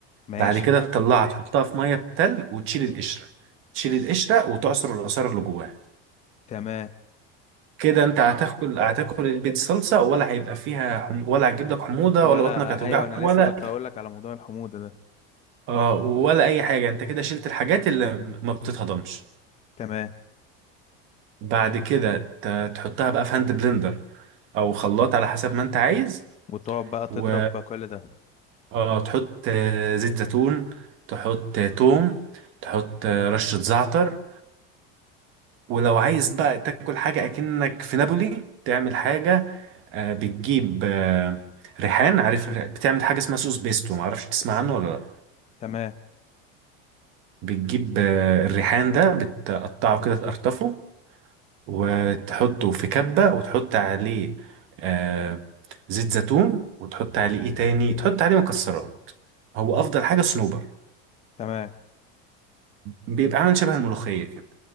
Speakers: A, on the left; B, on the right.
A: ماشي
B: بعد كده تطلعها تحطها في ميه بتلج وتشيل القشره تشيل القشره وتعصر العصاره اللي جواها
A: تمام
B: كده انت هتاكل هتاكل البيت صلصه ولا هيبقى فيها حم... ولا هتجيب لك حموضه
A: ولا
B: ولا بطنك هتوجعك
A: ايوه انا
B: ولا
A: لسه كنت هقول لك على موضوع الحموضة ده
B: آه ولا اي حاجه انت كده شلت الحاجات اللي ما بتتهضمش
A: تمام
B: بعد كده ت- تحطها بقى في هاند بلندر او خلاط على حسب ما انت عايز
A: وتقعد بقى تضرب
B: و
A: بقى كل ده
B: آه تحط آه، زيت زيتون تحط آه، توم تحط آه، رشه زعتر ولو عايز بقى تاكل حاجة أكنك في نابولي تعمل حاجة آه، بتجيب آه، ريحان عارف الر- بتعمل حاجة اسمها سوس بيستو معرفش تسمع عنه ولا لأ
A: تمام
B: بتجيب آه، الريحان ده بتقطعه كده تقرطفه وتحطه في كبة وتحط عليه آه، زيت زيتون وتحط عليه ايه تاني تحط عليه مكسرات هو أفضل حاجة صنوبر
A: تمام
B: بيبقى عامل شبه الملوخية كده